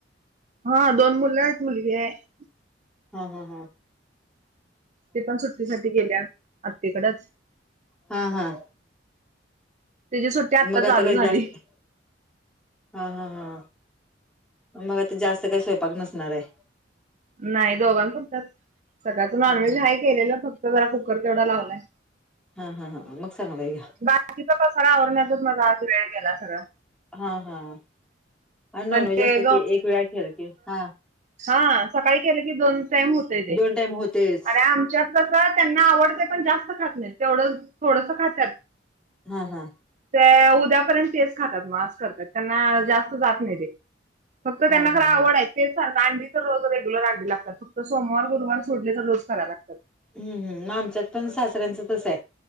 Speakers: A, on the right (about 40°); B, in the centre.
A: हां दोन मुलं आहेतं एक मुलंगी आहेतं
B: हं हं हं
A: ते पणं सुट्टीसांठी गेलेत आत्तेकडचं
B: हां हां
A: तिची सुट्टी आत्ता
B: मंग
A: चालू
B: आंता कसं
A: झाली.
B: जास्तं हां हां हां मंग आंता कायं जास्तं कांहीं स्वयंपाक नसणांर आहे
A: नाहीं दोघां फणंत सगळ्यांच नॉनव्हेज
B: हा हा
A: हां केलेलं फक्तं जरां कुकर तेवढां लावलांय
B: हं हं हं मंग सांगल यां
A: बाकीचां पसांरा आवरण्यांतच मांझा आंज वेळं गेलां सगळां
B: हां हां
A: पण
B: नॉनवेज
A: ते
B: असलं की एक वेळांखेल की हां
A: हां सकाळीं केलं की दोन टाईम होतंय ते
B: दोन टाइम होतेच
A: आणि आमच्यांत कसं त्यांनां आवडतंय पणं जास्तं खातं नाहीं तेवढं थोडंसं खातांत
B: हा हा
A: ते उद्यापर्यंत तेच खातात म असं करतात त्यांना जास्त जात नाही ते फक्त
B: हा
A: त्यांना
B: हा
A: खर
B: हा
A: आवड आहे तेच अंडी तर रोज रेगुलर अंडी लागतात फक्त सोमवार गुरुवार सोङले तर रोज कराय लागतात
B: हम्म हम आमच्यात पण सासऱ्यांचं तस आहे